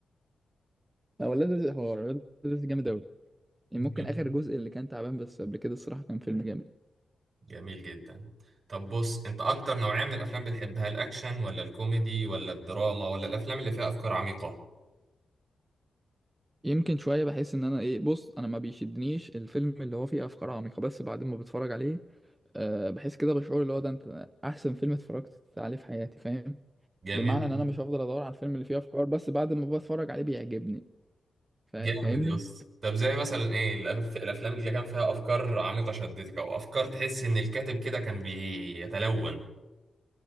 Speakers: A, on the right; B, on the right.
A: هو ولاد رزق حوار ولاد رزق جامد أوي يعني
B: كده
A: ممكن آخر جزء اللي كان تعبان بس قبل كده الصراحة كان فيلم جامد
B: جميل جدا طب بص انت اكتر نوعية من الافلام بتحبها الاكشن ولا الكوميدي ولا الدراما ولا الافلام اللي فيها افكار عميقة
A: يمكن شوية بحس إن أنا إيه بص أنا ما بيشدنيش الفيلم اللي هو فيه أفكار عميقة بس بعد ما بتفرج عليه أه بحس كده بشعور اللي هو ده أنت أحسن فيلم اتفرجت عليه في حياتي فاهم
B: جميل
A: بمعنى إن
B: جدا
A: أنا مش هفضل أدور على الفيلم اللي فيه أفكار بس بعد ما بتفرج عليه بيعجبني فا-
B: جامد
A: فاهمني
B: يا اسطى طب زي مثلا ايه الأف- الافلام اللي كان فيها افكار عميقة شدتك او افكار تحس ان الكاتب كده كان بيتلون